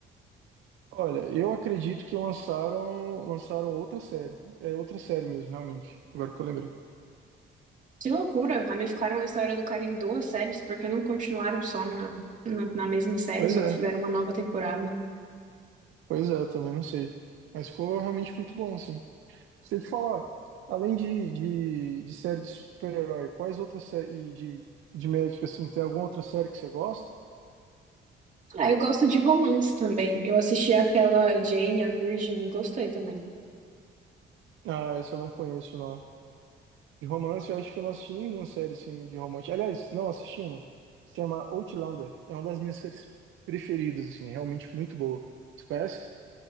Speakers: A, on the right; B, on the right.
A: Olha, eu acredito que lançaram lançaram outra série. É outra série mesmo, realmente. Agora que eu lembrei.
B: Que loucura! Ramificaram a história do cara em duas séries, porque não continuaram só na, na, na mesma série,
A: Pois
B: só
A: é,
B: que fizeram uma nova temporada.
A: pois é, também não sei. Mas ficou realmente muito bom, assim. Se eu te falar, além de, de, de série de super-herói, quais outras séries de, de médica, assim, tem alguma outra série que você gosta?
B: Ah, eu gosto de romance também. Eu assisti aquela Jane, a Virgin, e gostei também.
A: Ah, essa eu não conheço, não. De romance, eu acho que eu não assisti nenhuma série assim de romance. Aliás, não assisti uma. Se chama Outlander. É uma das minhas séries preferidas, assim, realmente muito boa. Você conhece?